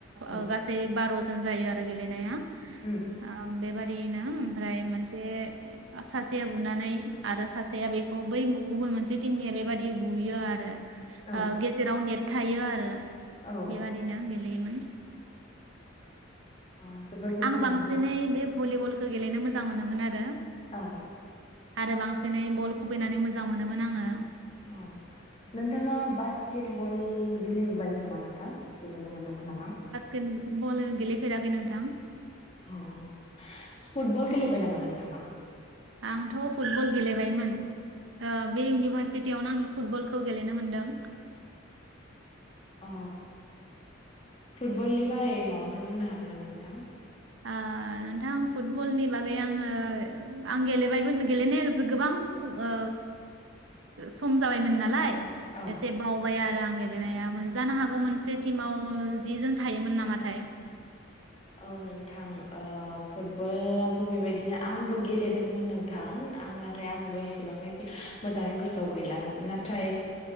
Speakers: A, on the left; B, on the right.
A: औ
B: ओ गासै बार'जोन जायो आरो गेलेनाया ओ
A: उम
B: बेबादिनो ओमफ्राय मोनसे सासेया बुनानै आरो सासेया बेखौ बै गुबुन मोनसे टिमनिया बेबादि बुयो आरो।
A: औ
B: ओ गेजेराव नेट थायो आरो
A: औ
B: बेबादिनो गेलेयोमोन।
A: अ जोबोर मोजां
B: आं बांसिनै
A: नोंथां
B: बे भलिबलखौ गेलेनो मोजां मोनोमोन आरो।
A: औ।
B: आरो बांसिनै बल खुबैनानै मोजां मोनोमोन आङो।
A: औ नोंथाङा बास्केट बल गेलेबाय नामा नोंथां गेलेनो मोनदोंमोन नामा?
B: केट बल गेलेफेराखै नोंथां।
A: अ फुटबल गेलेबाय नामा नोंथाङा?
B: आंथ' फुटबल गेलेबायमोन। ओ बे इउनिभारसिटियावनो आं फुटबलखौ गेलेनो मोनदों।
A: अ फुटबलनि बारे माबाफोर बुंनो हागोन नामा नोंथां?
B: ओ नोंथां फुटबलनि बागै आंङो आं गेलेबायमोन गेलेनाया जो गोबां ओ सम जाबायमोन नालाय
A: औ
B: एसे बावबाय आरो आं गेलेनाया जानो हागौ मोनसे टिमाव जिजोन थायोमोन नामाथाय?
A: औ नोंथां फुटबलाबो बेबायदिनो आंबो गेलेदोंमोन नोंथां आंना नाथाय आंबो इसेबांनाखि मोजाङै गोसोआव गैला नाथाय